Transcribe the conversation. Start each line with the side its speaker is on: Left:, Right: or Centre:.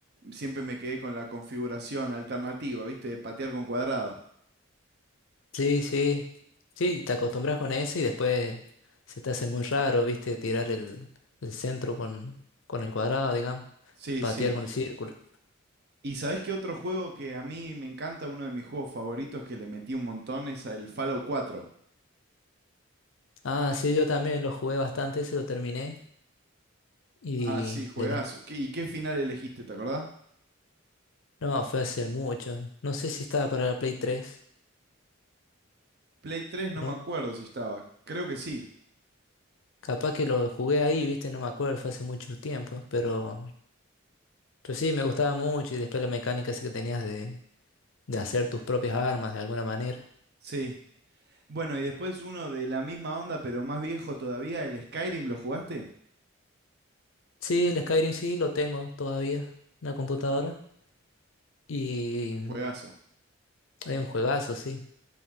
Right: siempre me quedé con la configuración alternativa, ¿viste? De patear con cuadrado.
Left: Sí, sí. Sí, te acostumbras con ese y después se te hace muy raro, viste, tirar el, el centro con, con el cuadrado, digamos.
Right: Sí,
Left: Patear
Right: sí.
Left: con el círculo.
Right: ¿Y sabés qué otro juego que a mí me encanta, uno de mis juegos favoritos que le metí un montón, es el Fallout cuatro
Left: Ah, sí, yo también lo jugué bastante, ese lo terminé y
Right: Ah, sí, juegazo.
Left: le de-
Right: ¿Qué- ¿Y qué final elegiste, te acordás?
Left: No, fue hace mucho. No sé si estaba para la Play 3,
Right: Play 3 no
Left: ¿no?
Right: me acuerdo si estaba. Creo que sí.
Left: Capaz que lo jugué ahí, viste, no me acuerdo, fue hace mucho tiempo, pero... Pero sí, me gustaba mucho y después la mecánica esa que tenías de de hacer tus propias armas de alguna manera.
Right: Sí. Bueno, y después uno de la misma onda, pero más viejo todavía, el Skyrim, ¿lo jugaste?
Left: Sí, el Skyrim sí lo tengo todavía en la computadora y
Right: Juegazo.
Left: hay un juegazo, sí.